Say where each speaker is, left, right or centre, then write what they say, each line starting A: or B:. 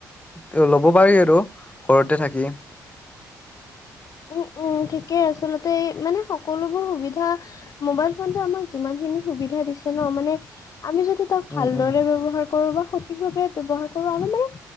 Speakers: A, on the left; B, on the left.
A: ত', লব পাৰি আৰু ঘৰতে থাকি',
B: উম', - উম', ঠিকেই আচলতে মানে সকলোবোৰ সুবিধা', মোবাইল ফোনটো আমাক যিমান খিনি সুবিধা দিছে ন মানে আমি যদি তাক
A: উম
B: ভালদৰে
A: উম
B: ব্যৱহাৰ', কৰোঁ বা সঠিকভাৱে ব্যৱহাৰ কৰোঁ আৰু মানে